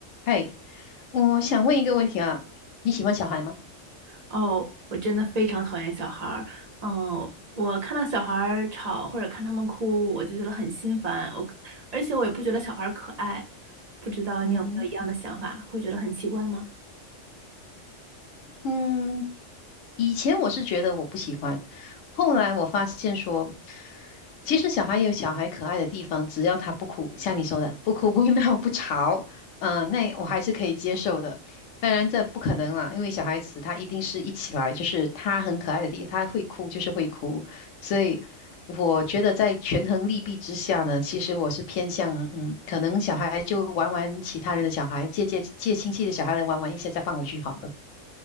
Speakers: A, on the left (about 80°); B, on the right (about 45°).
A: 嘿，我想问一个问题啊，你喜欢小孩吗？
B: 哦，我真的非常讨厌小孩儿。嗯，我看到小孩儿吵或者看他们哭，我就觉得很心烦。我，而且我也不觉得小孩儿可爱。不知道你有没有一样的想法，
A: 嗯
B: 会觉得很奇怪吗？
A: 嗯，以前我是觉得我不喜欢，后来我发现说，其实小孩也有小孩可爱的地方，只要他不哭，像你说的，不哭不闹不吵，嗯、那我还是可以接受的。当然这不可能啦，因为小孩子他一定是一起来，就是他很可爱的地方，他会哭就是会哭，所以我觉得在权衡利弊之下呢，其实我是偏向嗯，可能小孩就玩玩其他人的小孩，借借借亲戚的小孩来玩玩一下，再放回去好了。